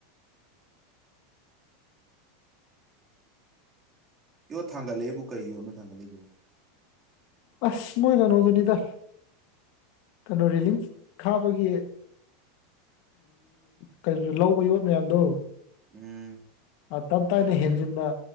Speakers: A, on the right (about 25°); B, on the left (about 60°).
A: <unintelligible> ꯀꯣ ꯊꯥꯡꯒꯠꯂꯦꯕꯨ ꯀꯩ ꯌꯣꯠ ꯅꯣ ꯊꯥꯡꯒꯠꯂꯤꯕꯨ?
B: ꯑꯁ ꯃꯣꯏ ꯀꯩꯅꯣꯗꯨꯅꯤꯗ ꯀꯩꯅꯣ ꯔꯦꯂꯤꯡ ꯈꯥꯕꯒꯤ ꯀꯩꯅ ꯂꯧꯕ ꯌꯣꯠ ꯃꯌꯥꯝꯗꯣ
A: ꯎꯝ
B: ꯇꯞ ꯇꯥꯏꯅ ꯍꯦꯟꯖꯤꯟꯅ